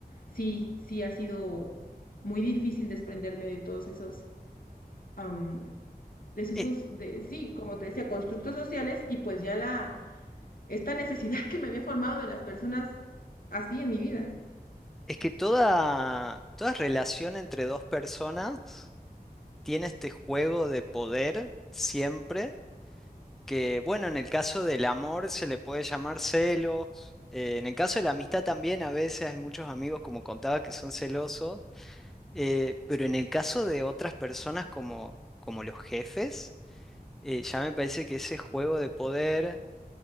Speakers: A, on the left (about 60°); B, in the centre.
A: Sí, sí ha sido muy difícil desprenderme de todos esos, am, de esos,
B: E-
A: esos- de, sí, como te decía, constructos sociales y pues ya la, esta necesidad <laughs> que me había formado de las personas así en mi vida.
B: Es que toda, toda relación entre dos personas tiene este juego de poder siempre, que bueno, en el caso del amor se le puede llamar celos, eh, en el caso de la amistad también a veces hay muchos amigos, como contaba, que son celosos, eh, pero en el caso de otras personas como, como los jefes, eh, ya me parece que ese juego de poder,